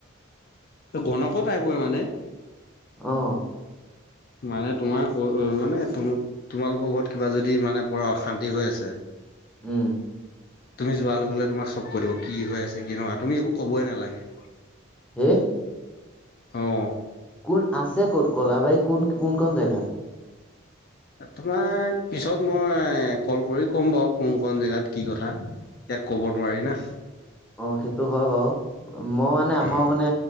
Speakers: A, on the left; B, in the centre.
A: গনক টাইপই মানে
B: অহ
A: মানে তোমাৰ মানে তম তোমালোকৰ ঘৰত কিবা যদি মানে অশান্তি হৈ আছে
B: উম
A: তুমি যোৱাৰ লগে তোমাক চব কই দিব কি হৈ আছে কি নহয় তুমি একো কবই নালাগে।
B: হম
A: অ',
B: কোন আছে ক'ত ক'লাবাই কোন কোন ক জেগাত।
A: তোমাক পিছত মই কল কৰি ক'ম বাৰু কোন ক জেগাত কি কথা ইয়াক ক'ব নোৱাৰি না।
B: অ সেইটো হয় বাৰু মই মানে আমাৰ
A: উম,
B: মানে।